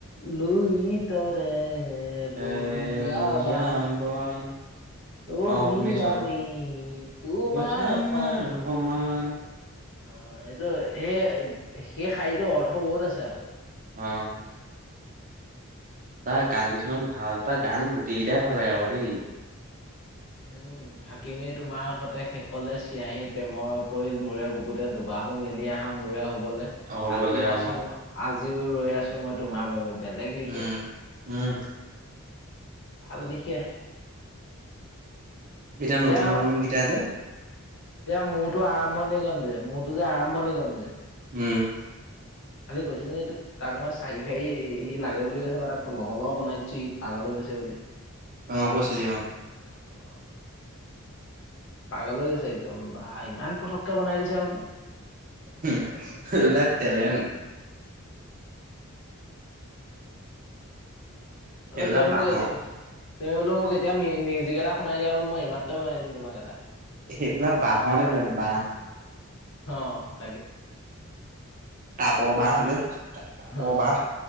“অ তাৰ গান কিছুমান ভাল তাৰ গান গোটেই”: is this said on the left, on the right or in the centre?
Right